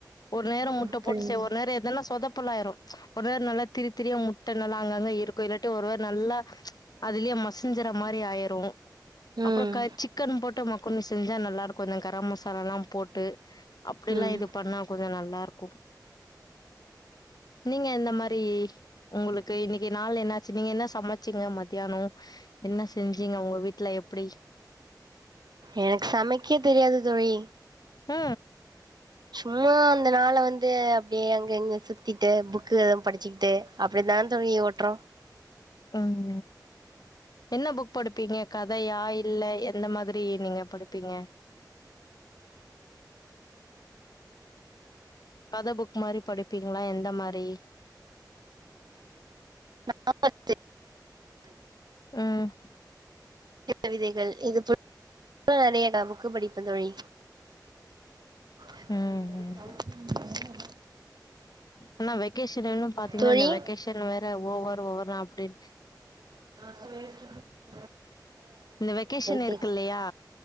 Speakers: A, on the left (about 60°); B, on the right (about 70°).
A: ஒரு நேரம் முட்ட
B: அப்படிங்க
A: போட்டு செய்னும். ஒரு நேரோம் எதனா சொதப்பலாயிரும். ஒரு நேரொ நல்லா திருத்திரியா, முட்ட நல்லா அங்கங்க இருக்கும். இல்லாட்டி, ஒரு வேல நல்லா அதுலயே மஸ் சிஞ்சற மாரி ஆயிரும்
B: ம்
A: அப்றம் க சிக்கன் போட்டு மக்ரோனி செ செஞ்சா நல்லா இருக்கும் கொஞ்சம் கரம் மசாலா எல்லாம் போட்டு அப்டிலாம்
B: ம்
A: இது பண்ணா கொஞ்சம் நல்லா இருக்கும் நீங்க எந்த மாரி ஒங்ளுக்கு இன்னைக்கு நாள் என்னாச்சு நீங்க என்ன சமச்சீங்க மத் தியானொம் என்ன செஞ்சீங்க ஒங்க வீட்ல‌ எப்டி
B: எனக்கு சமைக்க தெரியாது தோழி
A: ந
B: சும்மா அந்த நாள வந்து அப்டியே அங்க இங்க சுத்திட்டு புக்குகளு படிச்சுகிட்டு அப்டித்தான் தோழி ஓட்றோம்
A: ம் என்ன புக் படுப்பீங்க கதையா இல்ல எ எந்த மாதிரி நீங்க படுப்பீங்க இது புக் மாரி படுப்பீங்ளா எந்த மாரி
B: நாவல் <inaudible>
A: ம்
B: பாரதியார் கவிதைகள் இது <inaudible> நெறைய பா புக் படிப்பே தோழி அ
A: ம் ம் ஆனா வெகேஷன்ல எல்லா பாத்தீங்கன்னா
B: தோழி
A: இந்த வெகேஷ ன் வேற ஓவர் ஓவர்னா அப்டின்
B: அ தோழி <unintelligible>
A: இந்த வெகேஷன் இருக்கு
B: கேக்கு
A: இல்லையா